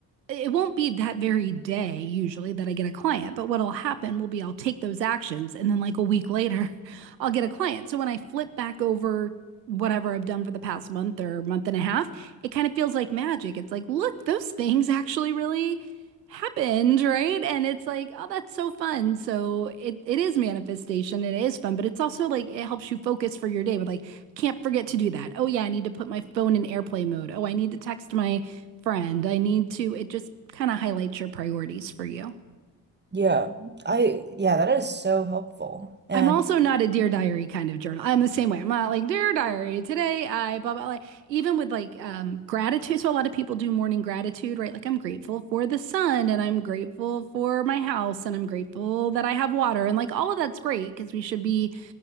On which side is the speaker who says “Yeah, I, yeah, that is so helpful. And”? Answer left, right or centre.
Right